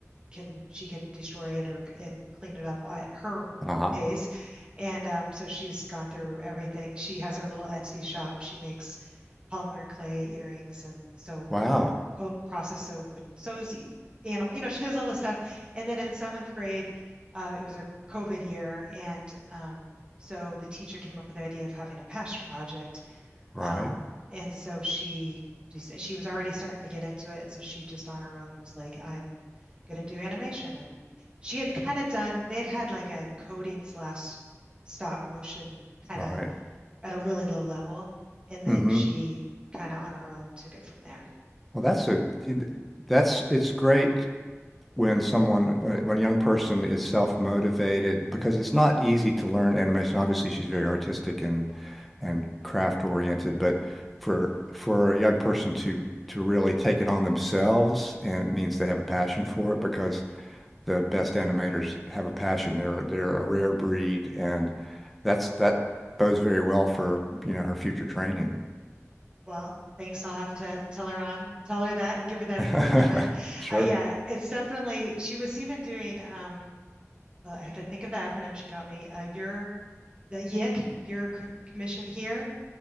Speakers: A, on the right; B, in the centre.
A: can she can destroy it or and clean it up at her
B: Uh-huh.
A: pace. And um, so she's gone through everything. She has her little Etsy shop. She makes polymer clay earrings and soap,
B: Wow.
A: uh, cold process soap and sews e- animal. You know, she does all this stuff. And then in seventh grade, uh, it was her COVID year, and um, so the teacher came up with the idea of having a passion project.
B: Right,
A: Um, and so she she was already starting to get into it, and so she just on her own was like, "I'm going to do animation." And she had kind of done they had had like a coding slash stop motion kind
B: right.
A: of at a really low level. And then
B: hmm
A: she kind of on her own took it from there.
B: Well, that's a that's it's great when someone when when a young person is self-motivated because it's not easy to learn animation. Obviously, she's very artistic and and craft oriented, but for for a young person to to really take it on themselves and it means they have a passion for it because the best animators have a passion. They're they're a rare breed and that's that bodes very well for, you know, her future training.
A: Well, thanks. I'll have to tell her on, tell her that and give her that
B: <laughs>
A: encouragement.
B: Sure.
A: Uh, yeah, it's definitely, she was even doing, um, uh, I have to think of the acronym she taught me, uh, your, the YIC, your com- commission here.